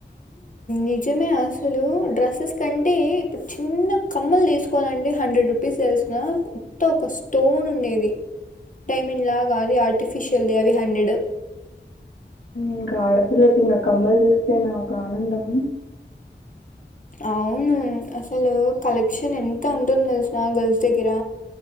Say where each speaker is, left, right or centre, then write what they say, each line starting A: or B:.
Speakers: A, on the left; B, on the left.
A: నిజమే అసలు డ్రెస్సెస్ కంటే ఇప్పుడు చిన్న కమ్మలు తీసుకోవాలండి హండ్రెడ్ రూపీస్ తెలిసిన కొత్త ఒక స్టోన్ ఉండేది డైమండ్ లాగాది ఆర్టిఫిషియల్ది అవి హండ్రెడ్
B: ఇంకా ఆడపిల్లకి ఇంకా కమ్మలు చూస్తే నాకు ఆనందం
A: అవును అసలు కలెక్షన్ ఎంత ఉంటుంది తెలుసా గర్ల్స్ దగ్గర